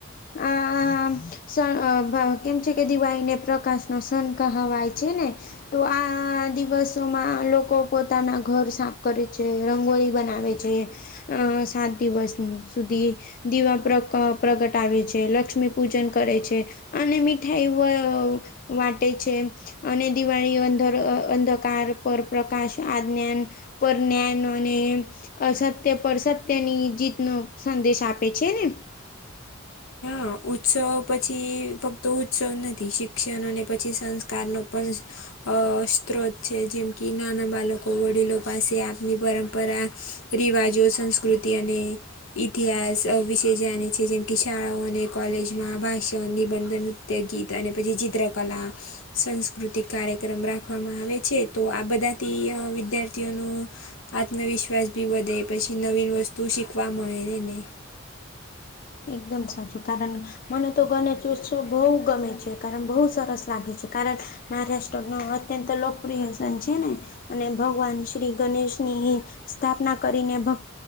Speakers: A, on the left (about 40°); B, on the left (about 80°).
A: આ કેમ છે કે દિવાળીને પ્રકાશ નો સન કહવાય છે ને તો આ દિવસોમાં લોકો પોતાના ઘર સાફ કરે છે રંગોળી બનાવે છે. અ સાત દિવસ સુધી દીવા પ્ર પ્રગટાવે છે લક્ષ્મી પૂજન કરે છે. અને મીઠાઈ <unintelligible> વાટે છે અને દિવાળી અંધર અંધકાર પર પ્રકાશ આજ્ઞાન પર ન્યાયનો ને અસત્ય પર સત્યની જીત નો સંદેશ આપે છે ને
B: હ ઉત્સવ પછી ફક્ત ઉત્સવ નથી શિક્ષણ અને પછી સંસ્કાર નો પણ અ સ્ત્રોત છે જેમ કે નાના બાળકો વડીલો પાસે આપની પરંપરા રિવાજો સંસ્કૃતિ અને ઇતિહાસ વિશે જાણે છે જેમ કે શાળાઓને કોલેજમાં ભાષણ નિબંધન નૃદ્યોગીત અને પછી ચિત્રકલા સંસ્કૃતિક કાર્યક્રમ રાખવામાં આવે છે તો આ બધાથી અ વિદ્યાર્થીઓનું આત્મવિશ્વાસ બી વધે પછી નવી વસ્તુ શીખવા મળે એને
A: એકદમ સાચું કારણ મને તો ગણેશ ઉત્સવ બહુ ગમે છે કાર બહુ સરસ લાગે છે કારણ મહારાષ્ટ્ર નો અત્યંત લોકપ્રિય સન છે ને અને ભગવાન શ્રી ગણેશની સ્થાપના કરીને ભ